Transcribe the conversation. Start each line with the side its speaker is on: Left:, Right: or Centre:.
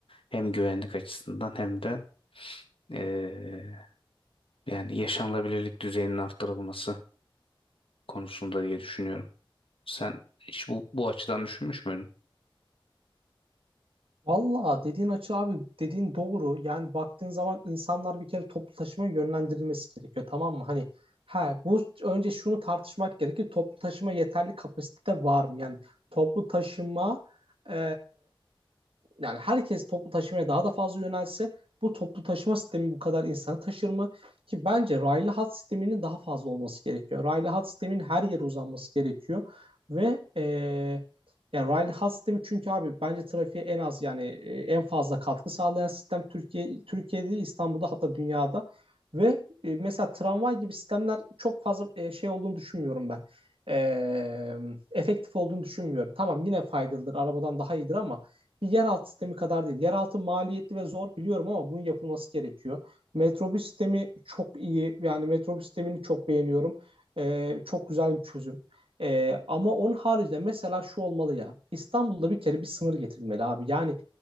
Left: Hem güvenlik açısından hem de e, yani yaşanılabilirlik düzeyinin arttırılması konusunda diye düşünüyorum. Sen hiç bu, bu açıdan düşünmüş müydün?
Right: Valla dediğin açı abi dediğin doğru. Yani baktığın zaman insanlar bir kere toplu taşımaya yönlendirilmesi gerekiyor tamam mı? Hani ha bu önce şunu tartışmak gerekir. Toplu taşıma yeterli kapasitede var mı? Yani toplu taşıma e, yani herkes toplu taşımaya daha da fazla yönelse bu toplu taşıma sistemi bu kadar insanı taşır mı? Ki bence raylı hat sisteminin daha fazla olması gerekiyor. Raylı hat sisteminin her yere uzanması gerekiyor ve eee yani raylı hat sistemi çünkü abi bence trafiğe en az yani e, en fazla katkı sağlayan sistem Türkiye Türkiye'de İstanbul'da hatta dünyada ve e, mesela tramvay gibi sistemler çok fazla e, şey olduğunu düşünmüyorum ben. Eee, efektif olduğunu düşünmüyorum. Tamam yine faydalıdır, arabadan daha iyidir ama bir yeraltı sistemi kadar değil. Yeraltı maliyetli ve zor biliyorum ama bunun yapılması gerekiyor. Metrobüs sistemi çok iyi. Yani metrobüs sistemini çok beğeniyorum. Ee, çok güzel bir çözüm. Ee, ama onun haricinde mesela şu olmalı ya. İstanbul'da bir kere bir sınır getirilmeli abi. Yani